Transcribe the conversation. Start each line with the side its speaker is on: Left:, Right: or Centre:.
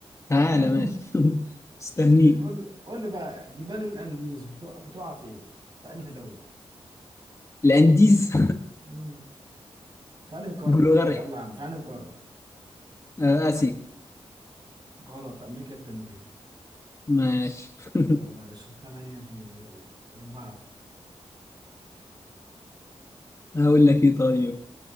Left: تعالى
Right: تمام
Left: ماشي
Right: <laughs>
Left: <laughs> استنيك
Right: ماشي قول قول لي بقى جبال الأنديز بتقع بتقع فين في انهي دولة
Left: الأنديز
Right: مم. في انهي قارة
Left: <laughs> بلغاريا
Right: يلا يا عم في انهي قارة
Left: آه، آسيا
Right: غلط أمريكا الجنوبية
Left: ماشي <laughs>
Right: يلا يا باشا 8 2 يلا اللي بعده
Left: هقول لك إيه طيب